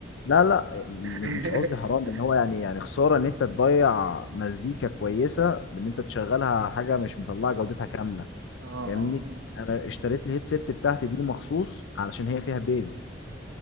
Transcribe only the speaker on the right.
<laughs>
اه آه،
آه.